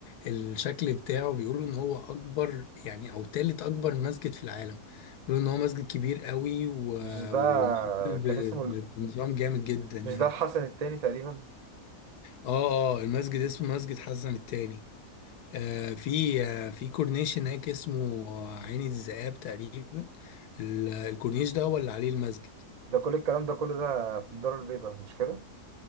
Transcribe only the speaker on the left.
الشكل بتاعه بيقولوا ان هو اكبر يعني او تالت اكبر مسجد في العالم بيقولوا ان هو مسجد كبير قوي و-
ومعمول ب-
ب-
بنظام جامد جدا يعني
اه اه المسجد اسمه مسجد حسن الثاني آه في آه في كورنيش هناك اسمه آه، عين الذئاب تقريبا ال- الكورنيش ده هو اللي عليه المسجد